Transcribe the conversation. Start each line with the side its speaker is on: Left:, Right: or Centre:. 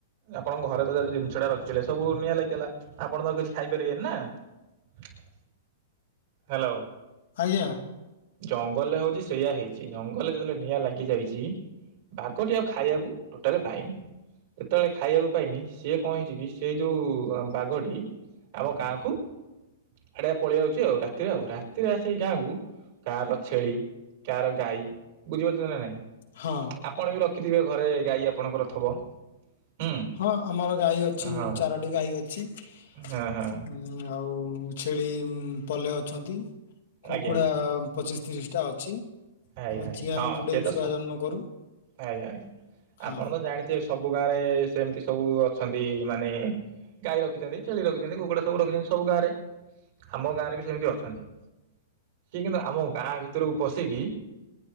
Right: ଆପଣଙ୍କ ଘରେ ତ ଯ ଜିନିଷ ଟା ରଖିଥିଲେ ସବୁ ନିଆଁ ଲାଗିଗଲା। ଆପଣ ତ କିଛି ଖାଇପାରିବେନି ନା। <inaudible> ହାଲୋ।
Left: ଆଜ୍ଞା।
Right: ଜଙ୍ଗଲରେ ହଉଛି ସେଇୟା ହେଇଛି ଜଙ୍ଗଲରେ ଯେତେବେଳେ ନିଆଁ ଲାଗି ଯାଇଚି। ବାଘଟି ଆଉ ଖାଇବାକୁ ଟୋଟାଲି ପାଏନି। ସେତେବେଳେ ଖାଇବାକୁ ପାଏନି। ସିଏ କଣ ହେଇଛି କି ସେଇ ଯୋଉ ବାଘଟି ଆମ ଗାଁ କୁ <inaudible> ହେରା ପଳେଇ ଆଉଚି। ଆଉ ରାତିରେ ଆଉ ରାତିରେ ଆସିକି ଗାଁକୁ କାହାର ଛେଳି କାହାର ଗାଈ ବୁଝିପାରୁଛନ୍ତି ନା ନାଇଁ।
Left: ହଁ।
Right: ଆପଣ ବି ରଖିଥିବେ ଘରେ ଗାଈ ଆପଣଙ୍କର ଥବ। ହୁଁ
Left: ହଁ ଆମର ଗାଈ ଅଛି
Right: ହଁ
Left: ଚାରୋଟି ଗାଈ ଅଛି।
Right: ହଁ
Left: <inaudible>
Right: ହଁ
Left: ଆଉ ଛେଳି ପଲେ ଅଛନ୍ତି। କୁକୁଡା
Right: ଆଜ୍ଞା
Left: ପଚିଶ ତିରିଶ ଟା ଅଛି।
Right: ଆଜ୍ଞା
Left: ଆମେ
Right: ଆଜ୍ଞା
Left: ଚିଆଁ
Right: ହଁ
Left: ବି ଫୁଟେଇ
Right: ସେ ତ
Left: ଛୁଆ
Right: ସ
Left: ଜନ୍ମ କରୁ।
Right: ଆଜ୍ଞା ଆଜ୍ଞା
Left: ହଁ
Right: ଆପଣ ତ ଜାଣିଥିବେ ସବୁ ଗାଁ ରେ ସେମିତି ସବୁ ଅଛନ୍ତି। ମାନେ ଗାଈ ରଖିଛନ୍ତି ଛେଳି ରଖିଛନ୍ତି କୁକୁଡା ସବୁ ରଖିଛନ୍ତି ସବୁ ଗାଁରେ ଆମ ଗାଁରେ ବି ସେମିତି ଅଛନ୍ତି। ସିଏ କିନ୍ତୁ ଆମ ଗାଁ ଭିତରକୁ ପଶିକି